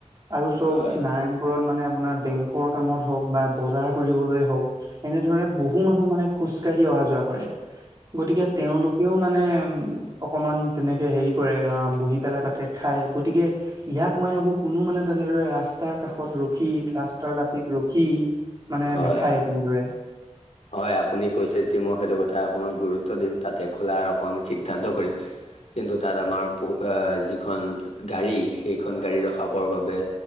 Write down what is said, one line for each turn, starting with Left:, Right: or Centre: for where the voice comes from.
Right: আৰু চব
Left: হয়
Right: না নাৰায়ণপুৰত মানে আপোনাৰ বেংকৰ কামত হক বা বজাৰ কৰিবলৈ হওক এনেধৰণে বহু মানুহ মানে খোজ কঢ়ি অহা যোৱা কৰে গতিকে তেওঁলোকেও মানে উ অকমান তেনেকে হেৰি এ আ বহি পেলাই তাতে খায় গতিকে ইয়াত মই ভাবোঁ কোনো মানে তেনেদৰে ৰাচ তাৰ কাষত ৰখি ৰাস্তাৰ দাঁতিত ৰখি মানে
Left: হয়।
Right: নেখায় তেনেদৰে
Left: হয় আপুনি কৈছে তি মই সেইটো কথা অকণমান গুৰুত্ব দিম তাতে খোলাৰ অকণ সিদ্ধান্ত কৰিম কিন্তু তাত আমাৰ বহো আহ যিখন গাড়ী সেইখন গাড়ী ৰখাবৰ বাবে